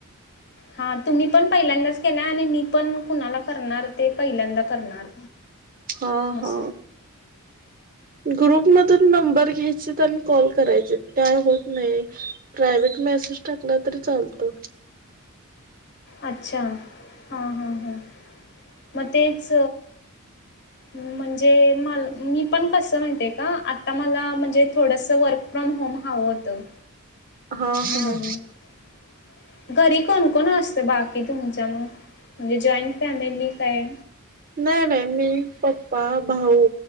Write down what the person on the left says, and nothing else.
हा तुम्ही पण पहिल्यांदाच केला आणि मी पण कुणाला करणार ते पहिल्यांदा करणार
असं
अच्छा हा हा हा मग तेच म्हणजे म मी पण कस माहतीे का आता मला म्हणजे थोडस वर्क फ्रॉम होम हा होतं
म्हणून घरी कोणकोण असत बाकी तुमच्या म म्हणजे जॉईंट फॅमिली काय